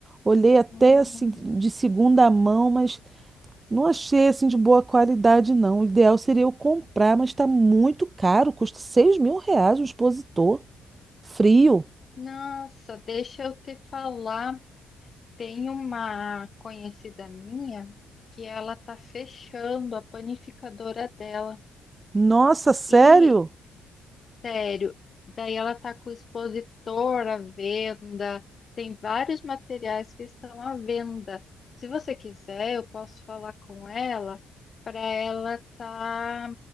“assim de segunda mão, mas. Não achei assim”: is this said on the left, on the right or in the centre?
Right